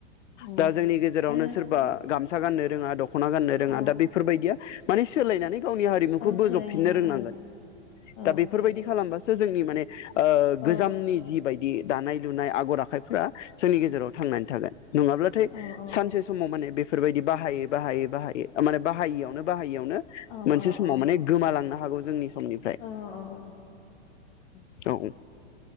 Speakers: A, on the left; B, on the left.
A: औ
B: दा जोंनि गेजेरावनो
A: आरो
B: सोरबा गामसा गाननो रोङा द ख'ना गाननो रोङा
A: औ
B: दा बेफोरबायदिया माने सोलायनानै गावनि हारिमुखौ
A: औ
B: बोजबफिननो
A: सोलायनानै
B: रोंनांगोन
A: औ औ
B: दा बेफोरबायदि खालामबा सो जोंनि माने ओ
A: औ
B: गोजामनि जिबायदि दानाय लुनाय आगर आखाइफ्रा जोंनि गे जेराव थांनानै थागोन नङाब्लाथाय
A: औ औ
B: सानसे समाव माने बे फोरबायदि बाहायै बाहायै बाहाय माने बाहायियावनो बाहायियाव नो
A: औ
B: मोनसे
A: औ
B: समाव
A: औ
B: माने गोमा लांनो हागौ जोंनि समनिफ्राय
A: औ औ
B: औ